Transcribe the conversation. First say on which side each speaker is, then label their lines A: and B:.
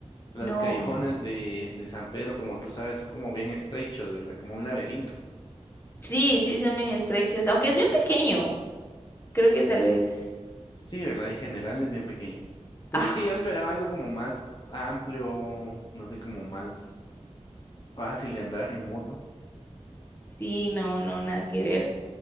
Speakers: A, on the left; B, on the left.
A: Los
B: no.
A: callejones de, de San Pedro, como tú sabes, son como bien estrechos, ¿verdad? Como un laberinto.
B: Sí, sí, son bien estrechos, aunque es bien pequeño. Creo que tal vez.
A: Sí, ¿verdad? En general es bien pequeño. Creí
B: Ajá,
A: que yo esperaba algo como más amplio, no sé, como más fácil de andar en moto.
B: sí, no, no, nada que ver.